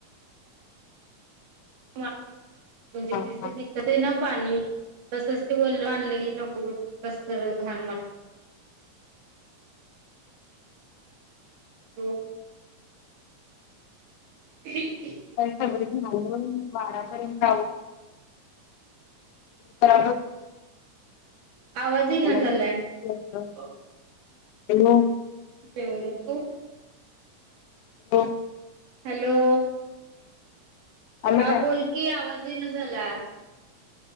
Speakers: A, on the right (about 85°); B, on the left (about 80°).
A: म्हणजे
B: हा
A: तिच
B: हा
A: विकत आहे ना पाणी तसच ते ोलल आणलं की नको कस तर घण वाटत हो ह
B: का सगळ झालं म बारापर्यंत आवडल तरव
A: आवाजही न झालाय
B: घेतलं.
A: ब
B: हॅलो
A: तू
B: हो
A: हॅलो
B: आलं
A: हा
B: काय
A: बोलकीी आवाजही न झाला